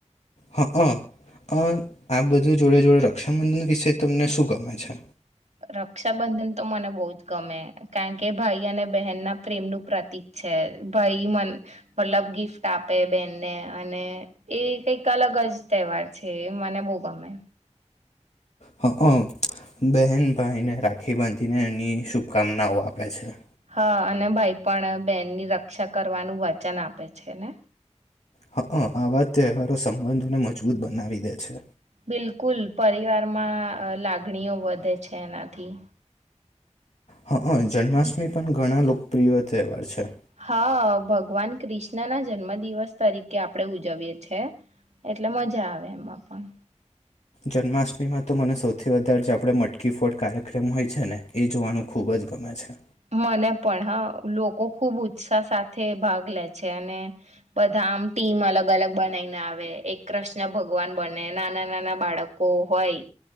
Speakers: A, on the left; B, on the right.
A: હઅ. અ આ બધું જોડે જોડે રક્ષાબંધન વિષે તમને શું ગમે છે?
B: રક્ષાબંધન તો મને બહુ જ ગમે. કારણ કે ભાઈ અને બહેન ના પ્રેમનું પ્રતીક છે. ભાઈ મન મતલબ ગિફ્ટ આપે બેહેનને, અને એ કંઈક અલગ જ તહેવાર છે, એ મને બહુ ગમે.
A: હંઅ. બહેન ભાઈને રાખડી બાંધીને એની શુભકામનાઓ આપે છે.
B: હા, અને ભાઈ પણ બેનની રક્ષા કરવાનું વચન આપે છે ને.
A: હંઅ, આ વા જ તહેવારો સંબંધોને મજબૂત બનાવી દે છે.
B: બિલકુલ, પરિવારમાં લાગણીઓ વધે છે એનાથી.
A: હંઅ, જન્માષ્ટમી પણ ઘણા લોકપ્રિય તહેવાર છે.
B: હા, ભગવાન કૃષ્ણ ના જન્મ દિવસ તરીકે આપણેે ઉજવીએ છેએ એટલે મજા આવે એમાં પણ.
A: જન્માષ્ટમીમાં તો મને સૌથી વધારે જે આપણે મટકી ફોટ કાર્યક્રમ હોય છે, ને એ જોવાનું ખૂબ જ ગમે છે.
B: મને પણ. હા લોકો ખુબ ઉત્સાહ સાથે ભાગ લે છે. અને બધા આમ ટીમ અલગ અલગ બનાવીને આવે એક કૃષ્ણ ભગવાન બને, નાના નાના બાળકો હોય